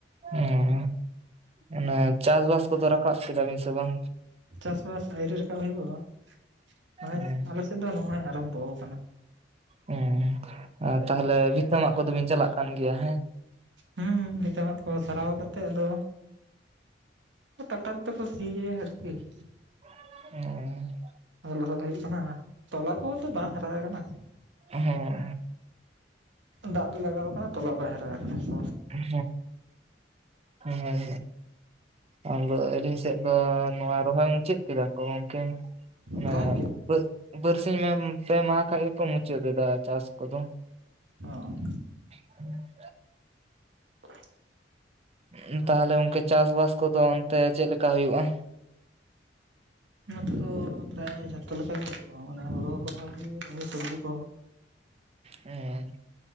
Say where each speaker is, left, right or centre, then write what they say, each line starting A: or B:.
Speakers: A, on the right; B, on the right.
A: ᱮᱸᱻ ᱚᱱᱮ ᱪᱟᱥᱵᱟᱥ ᱠᱚᱫᱚ ᱨᱟᱠᱟᱵ ᱠᱮᱫᱟᱵᱤᱱ ᱥᱮ ᱵᱟᱝ?
B: ᱪᱟᱥᱵᱟᱥ ᱟᱭᱹᱨᱤ ᱨᱟᱠᱟᱵ ᱦᱳᱭᱳᱜᱼᱟ ᱢᱟᱱᱮ
A: ᱦᱮᱸ
B: ᱟᱞᱮ ᱥᱮᱫ ᱫᱚ ᱱᱚᱜᱼᱚᱭ ᱟᱨᱟᱢᱵᱚ ᱟᱠᱟᱱᱟ᱾
A: ᱦᱩᱸ, ᱟ ᱛᱟᱦᱞᱮ ᱵᱷᱤᱛᱟᱹ ᱢᱟᱜ ᱠᱚᱫᱚ ᱵᱤᱱ ᱪᱟᱞᱟᱜ ᱠᱟᱱ ᱜᱮᱭᱟ ᱦᱮᱸ?
B: ᱦᱩᱸᱦ-ᱦᱩᱸ, ᱵᱷᱤᱛᱟᱹ ᱢᱟᱜ ᱠᱚ ᱥᱟᱨᱟᱣ ᱠᱟᱛᱮ ᱟᱫᱚ ᱴᱟᱠᱴᱟᱨ ᱛᱮ ᱠᱚ ᱥᱤ-ᱭᱮ ᱟᱨᱠᱤ ᱾
A: ᱴᱮᱝ-ᱭᱚᱸᱜ ᱾
B: ᱞᱚᱦᱚᱫ ᱦᱮᱡ ᱟᱠᱟᱱᱟ ᱛᱚᱞᱟ ᱠᱚᱦᱚᱸ ᱛᱚ ᱵᱟᱝ ᱦᱟᱨᱟ ᱟᱠᱟᱱᱟ ᱾
A: ᱷᱩᱦ ᱾
B: ᱫᱟᱜ ᱫᱚ ᱞᱟᱜᱟᱣ ᱠᱟᱱᱟ ᱛᱚᱞᱟ ᱵᱟᱭ ᱦᱟᱨᱟᱣ ᱟᱠᱟᱱᱟ ᱛᱚ
A: ᱦᱮᱸ ᱦᱮᱸ ᱟᱫᱚ ᱟᱹᱞᱤᱧ ᱥᱮᱜ ᱟ -ᱫᱚᱻ ᱱᱚᱣᱟ ᱨᱚᱦᱚᱭ ᱢᱩᱪᱟᱹᱫ ᱠᱮᱫᱟ ᱠᱚ ᱜᱚᱝᱠᱮ, ᱢᱟᱱᱮ
B: ᱯᱨᱟᱭ
A: ᱵᱟᱹ-ᱵᱟᱹᱨ ᱥ ᱤᱱᱟᱹᱢ, ᱯᱮ ᱢᱟᱦᱟᱸ ᱠᱷᱟᱡ ᱜᱮ ᱠᱚ ᱢᱩᱪᱟᱹᱫ ᱮᱫᱟ ᱪᱟᱥ ᱠᱚᱫᱚ ᱾
B: ᱚᱜ
A: ᱴᱷᱮᱡ ᱾
B: ᱵ-ᱚ-ᱡ ᱵᱚᱢ ᱾
A: ᱩᱸᱷ, ᱛᱟᱦᱞᱮ ᱜᱚᱝᱠᱮ ᱪᱟᱥᱵᱟᱥ ᱠᱚᱫᱚ ᱚᱱᱛᱮ ᱪᱮᱫ ᱞᱮᱠᱟ ᱦᱳᱭᱳᱜᱼᱟ?
B: ᱱᱚᱛᱮ ᱫᱚ ᱯᱨᱟᱭ ᱡᱷᱚᱛᱚ ᱞᱮᱠᱟ ᱜᱮ ᱦᱳᱭᱳᱜᱼᱟ, ᱢᱟᱱᱮ ᱦᱳᱲᱳ ᱦᱳᱭᱳᱜ-ᱟ ᱥᱚᱵᱽᱡᱤ ᱠᱚ ᱾
A: ᱦᱮᱸᱜ